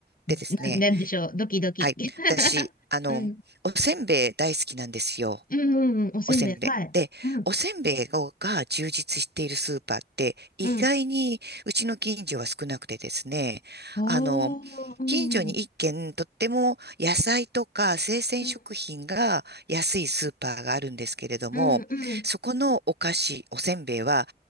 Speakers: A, on the right; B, on the left.
A: でですね。
B: な、なんでしょう、ドキドキ。
A: はい。
B: <laughs>
A: 私、あの、
B: うん、
A: おせんべい大好きなんですよ。
B: うん、うん、うんおせんべい。
A: おせんべい。
B: はい。
A: で、
B: うん、
A: おせんべいが充実しているスーパーって意外にうちの近所は少なくてですね、
B: うん。おー、
A: あの、
B: うん、
A: 近所に一軒とっても野菜とか生鮮食品が安いスーパーがあるんですけれども、
B: うん、うん、うん。
A: そこのお菓子、おせんべいは、